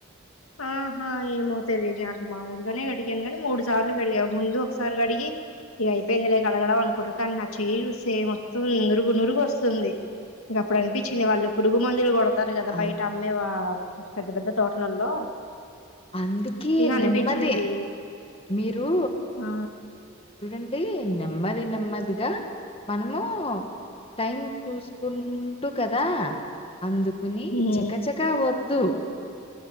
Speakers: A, on the left; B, on the left.
A: ఆహా ఏమవుతాది లే మామూలుగానే కడిగాను గాని మూడు సార్లు కడిగా ముందు ఒకసారి కడిగి ఇగ అయిపోయిందిలే కడగడం అనుకున్నా కానీ నా చేయి చూస్తే మొత్తం నురుగు నురుగు వస్తుంది ఇంగ అప్పుడు అనిపిచింది వాళ్ళు పురుగు మందులు కొడ తారు కదా
B: అ
A: బయట అమ్మే పెద్ద పెద్ద తోటలల్లో
B: అందుకే
A: ఇగ అనిపించింది
B: నెమ్మది మీరు
A: ఆ
B: చూడండి నెమ్మది నెమ్మదిగా మనము టైం చూసుకుంటూ కదా అందుకుని
A: ఉమ్
B: చకచకా వద్దు